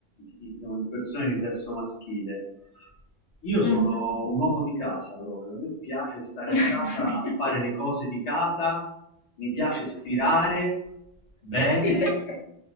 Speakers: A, on the left; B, on the left.
A: diciamo, in persone di sesso maschile. Io sono
B: Mm.
A: un uomo di casa proprio, a me piace stare
B: <laughs>
A: a casa a fare le cose di casa, mi piace stirare bene,
B: Sì, questo